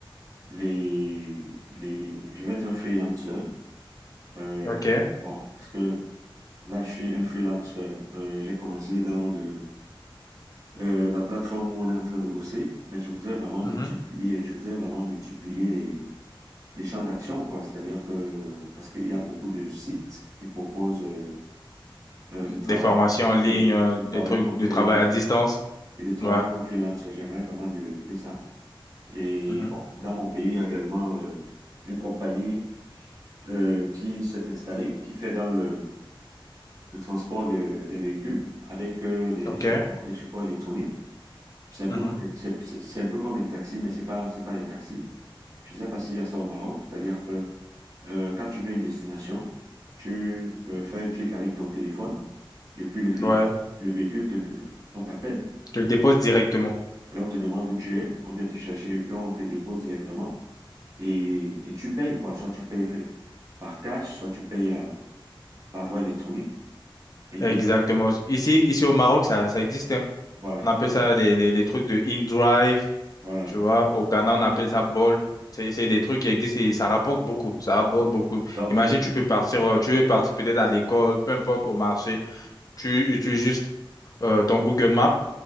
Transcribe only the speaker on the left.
OK.
Mhm.
Des
formations en ligne,
euh,
des
trucs
de
travail à distance.
Ouais.
Mhm.
OK.
Mhm.
Ouais.
Tu le déposes directement.
Exactement.
Ici, ici au Maroc, ça, ça existe, hein.
On appelle ça les, les, les trucs de in-drive,
tu vois. Au Ghana, on appelle ça ball. C'est c'est des trucs qui existent et ça rapporte beaucoup. Ça rapporte beaucoup.
Imagine,
tu peux partir, euh, tu veux partir peut-être à l'école, peu importe, au marché. Tu utilises juste euh, ton Google Maps